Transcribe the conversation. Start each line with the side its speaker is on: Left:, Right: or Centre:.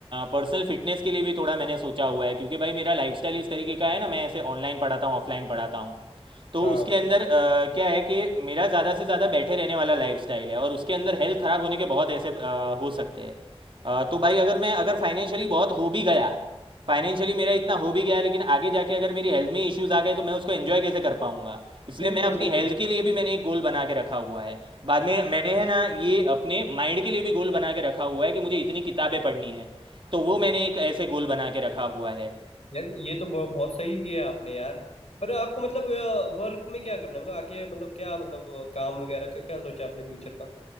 Right: पर्सनल फिटनेस के लिए भी थोड़ा मैंने सोचा हुआ है क्योंकि भाई मेरा लाइफस्टाइल इस तरीके का है ना मैं ऐसे ऑनलाइन पढ़ाता हूँ ऑफलाइन पढ़ाता हूँ तो
Left: हाँ
Right: उसके अंदर अ, क्या है कि मेरा ज़्यादा से ज़्यादा बैठे रहने वाला लाइफस्टाइल है और उसके अंदर हेल्थ ख़राब होने के बहुत ऐसे अ, हो सकते हैं अ, तो भाई अगर मैं अगर फाइनेंशियली बहुत हो भी गया फाइनेंशियली मेरा इतना हो भी गया लेकिन आगे जाके अगर मेरी हेल्थ में इश्यूज आ गए तो मैं उसको एंजॉय कैसे कर पाऊंगा इसलिए
Left: बिल्कुल
Right: मैं अपनी
Left: बिल्कुल
Right: हेल्थ के लिए भी मैंने एक गोल बना के रखा हुआ है बाद में मैंने है ना ये अपने माइंड के लिए भी गोल बना के रखा हुआ है कि मुझे इतनी किताबें पढ़नी है तो वो मैंने एक ऐसे गोल बना के रखा हुआ है
Left: यार ये तो बहु- बहुत सही किया आपने यार पर आपको मतलब वर्क में क्या करना है मतलब आगे मतलब क्या मतलब अ, काम वगैरह का क्या सोचा है आपने फ्यूचर का